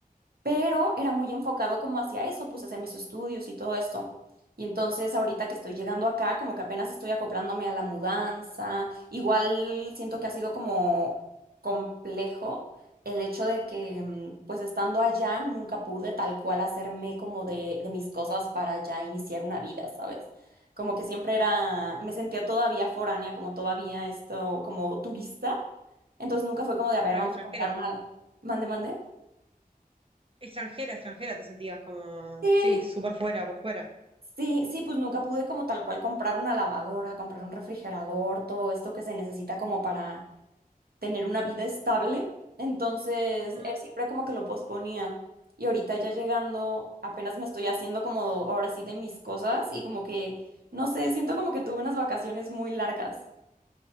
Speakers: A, on the right (about 80°); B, on the right (about 35°).
A: pero era muy enfocado como hacia eso, pues hacia mis estudios y todo esto. Y entonces ahorita que estoy llegando acá, como que apenas estoy acoplándome a la mudanza, igual siento que ha sido como complejo el hecho de que, mm, pues estando allá, nunca pude tal cual hacerme como de, de mis cosas para ya iniciar una vida, ¿sabes? Como que siempre era, me sentía todavía foránea, como todavía esto, como turista. Entonces nunca fue como de, a
B: Sí,
A: ver,
B: claro,
A: vamos
B: extranjera.
A: a comprar una... Mande, mande.
B: Extranjera, extranjera, te sentías como,
A: Sí,
B: sí, súper fuera, por fuera.
A: Sí, sí, pues nunca pude como tal cual comprar una lavadora, comprar un refrigerador, todo esto que se necesita como para tener una vida estable. Entonces,
B: Ujú,
A: él siempre como que lo posponía. Y ahorita ya llegando, apenas me estoy haciendo como ahora sí de mis cosas y como que, no sé, siento como que tuve unas vacaciones muy largas.